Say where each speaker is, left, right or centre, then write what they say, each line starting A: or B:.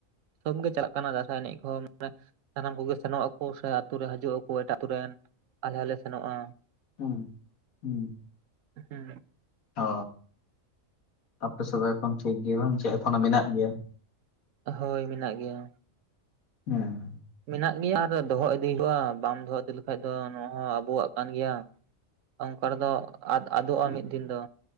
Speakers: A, on the right (about 70°); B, on the left (about 85°).
A: ᱥᱚᱵ ᱜᱮ ᱪᱟᱞᱟᱜ ᱠᱟᱱᱟ ᱫᱟᱸᱥᱟᱭ ᱮᱱᱮᱡ ᱠᱚᱦᱚᱸ ᱥᱟᱱᱟᱢ ᱠᱚᱜᱮ ᱥᱮᱱᱚᱜ ᱟᱠᱚ ᱥᱮ ᱟᱹᱛᱩ ᱨᱮ ᱦᱤᱡᱩᱜ ᱟᱠᱚ ᱮᱴᱟᱜ ᱟᱹᱛᱩ ᱨᱮᱱ ᱟᱞᱮ ᱦᱚᱸ ᱞᱮ ᱥᱮᱱᱚᱜᱼᱟ᱾
B: ᱦᱩᱸ᱾ ᱦᱩᱸ
A: ᱦᱮᱸ᱾
B: ᱚ ᱟᱯᱮ <unintelligible> ᱮᱠᱷᱚᱱ ᱴᱷᱤᱠ ᱜᱮ ᱵᱟᱝ ᱪᱮ ᱮᱠᱷᱚᱱᱳ ᱢᱮᱱᱟᱜ ᱜᱮᱭᱟ?
A: ᱦᱳᱭ, ᱢᱮᱱᱟᱜ ᱜᱮᱭᱟ᱾
B: ᱦᱮᱸ᱾
A: ᱢᱮᱱᱟᱜ ᱜᱮᱭᱟ ᱟᱨ ᱫᱚᱦᱚ ᱤᱫᱤ ᱦᱳᱭᱳᱜᱼᱟ ᱵᱟᱢ ᱫᱚᱦᱚ ᱤᱫᱤ ᱞᱮᱠᱷᱟᱡ ᱫᱚ ᱱᱚᱣᱟ ᱦᱚᱸ ᱟᱵᱚᱣᱟᱜ ᱠᱟᱱ ᱜᱮᱭᱟ᱾ ᱚᱱᱠᱟ ᱨᱮᱫᱚ ᱟᱫ ᱟᱫᱚᱜᱼᱟ ᱢᱤᱫ ᱫᱤᱱ ᱫᱚ,